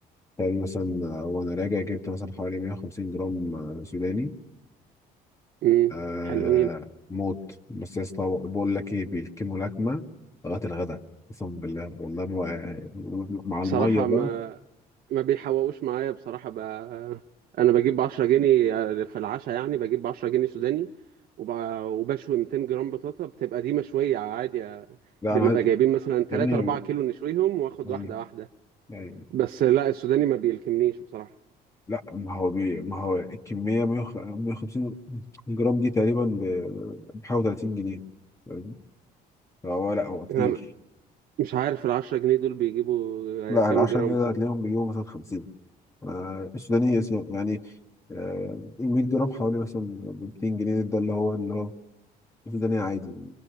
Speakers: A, on the left; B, on the right.
A: تخيل مثلا آه، وانا راجع جبت مثلا حوالي 150 جرام آه، سوداني
B: امم
A: آه
B: حلوين
A: موت بس يا اسطى بقول لك ايه بيكموا لكمه لغايه الغدا قسما بالله والله ما- مع
B: بصراحة
A: الميه بقى
B: ما ما بيحوقوش معايا بصراحة ب... أنا بجيب 10 جنيه في العشاء يعني بجيب 10 جنيه سوداني وب... وبشوي 200 جرام بطاطا بتبقى دي مشوية عادي
A: لا
B: بنبقى
A: انا عايز
B: جايبين مثلا 3
A: يا ابني
B: 4 كيلو نشويهم واخد
A: يعني-
B: واحدة واحدة
A: يعني
B: بس لا السوداني ما بيلكمنيش بصراحة
A: لا ما هو بي... ما هو الكمية 150 جرام دي تقريبا ب- بحوالي 30 جنيه فاهم؟ فهو لا هو كتير
B: أنا مش عارف ال 10 جنيه دول بيجيبوا
A: لا
B: كام
A: ال 10
B: جرام
A: جنيه
B: بصراحة
A: ده هتلاقيهم بيجيبوا مثلا 50 آه، السوداني اس- يعني آه، 100 جرام حوالي مثلا ب 200 جنيه ده اللي هو اللي هو السوداني عادي